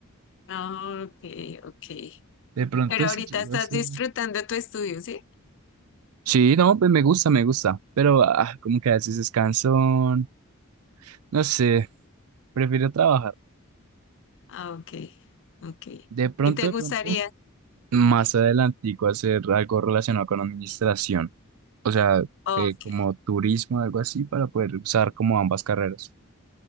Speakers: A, on the left (about 60°); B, on the right (about 80°).
A: Ah, ok, ok.
B: De pronto
A: Pero ahorita
B: sí llego
A: estás
B: a ser.
A: disfrutando tu estudio, ¿sí?
B: Sí, no, pues me gusta, me gusta, pero ah, como que a veces es cansón, no sé, prefiero trabajar.
A: Ah, ok, ok.
B: De pronto,
A: ¿Y te
B: de
A: gustaría?
B: pronto. más adelantico hacer algo relacionado con administración, o sea,
A: Ok,
B: eh, como turismo, algo así, para poder usar como ambas carreras.